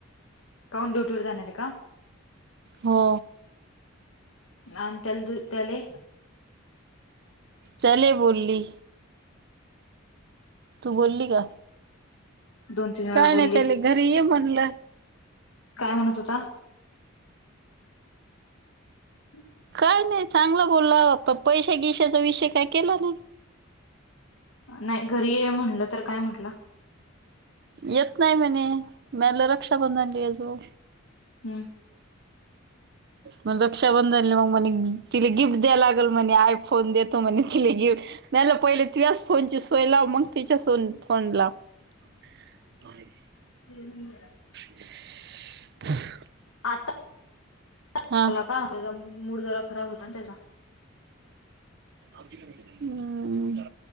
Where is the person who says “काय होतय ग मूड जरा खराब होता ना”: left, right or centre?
Left